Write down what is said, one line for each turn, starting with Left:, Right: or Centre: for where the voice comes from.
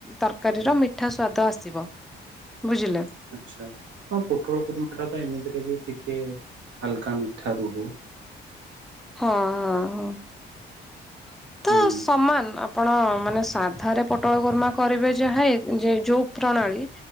Centre: ତରକାରୀର ମିଠା ସାଦ ତ ଆସିବ
Right: ହ
Centre: ବୁଝିଲେ
Right: ଆଛା ହଁ ପୋଟ୍ରଳ ପୁର୍ଣ୍ମା ଟା ତ ଏମିତିରେ ବି ଟିକେ ହାଲକା ନ ାରୁୁହ
Centre: ହଁ ହଁ ହ
Right: ହୁଁ
Centre: ତ ସମାନ ଆପଣ ମାନେ ସାଧାରେ ପୋଟଳ ଗୁର୍ମା କରିବେ ଯା ପ୍ରୀ